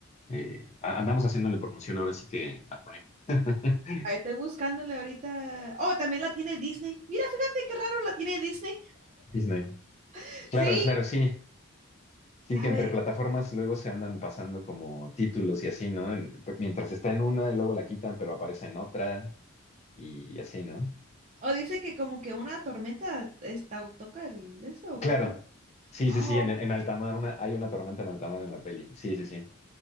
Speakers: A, on the left; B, on the right.
A: Eh, a- andamos haciéndole promoción ahora sí que a Prime. <laughs>
B: estoy buscándole ahorita. Oh, también la tiene Disney. Mira, fíjate qué raro la tiene Disney.
A: Disney.
B: <laughs>
A: Claro,
B: Sí.
A: claro, sí. Sí,
B: A
A: que entre
B: ver.
A: plataformas luego se andan pasando como títulos y así, ¿no? En- mientras está en una, y luego la quitan, pero aparece en otra y, y así, ¿no?
B: O dice que como que una tormenta está, toca el de esto, ¿o
A: Claro.
B: qué pasa?
A: Sí,
B: Oh,
A: sí, sí, en,
B: ok.
A: en alta mar, una, hay una tormenta en alta mar en la peli. Sí, sí, sí.